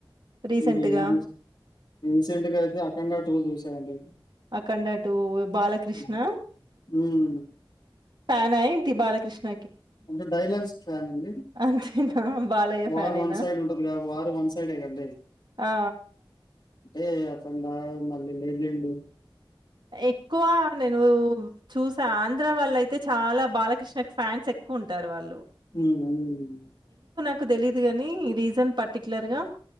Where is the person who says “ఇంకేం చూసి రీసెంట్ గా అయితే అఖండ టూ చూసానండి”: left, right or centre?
Left